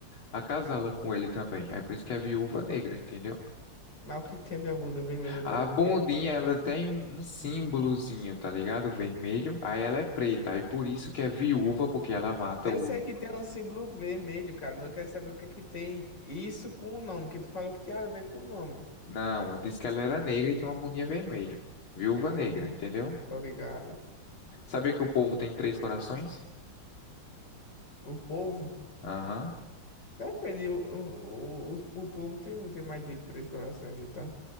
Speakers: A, on the left; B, on the left.
A: acasala com ele também. Aí por isso que é viúva negra, entendeu?
B: Mas o que é que tem a ver a bunda vermelha dela
A: A bundinha,
B: com isso?
A: ela tem um, um símbolozinho, tá ligado? Vermelho. Aí ela é preta. Aí por isso que é viúva, porque ela mata
B: Eu
A: o
B: sei que tem um símbolo vermelho, cara, mas eu quero saber o que é que tem isso com o nome, que tu falou que tinha a ver com o nome.
A: Não, eu disse que ela era negra e tinha uma bundinha vermelha. Viúva
B: Aham,
A: negra, entendeu?
B: tô ligado.
A: Sabia que o povo tem três corações?
B: O povo?
A: Aham,
B: Depende, o, o, o, os- o povo tem, tem mais de três corações e tal.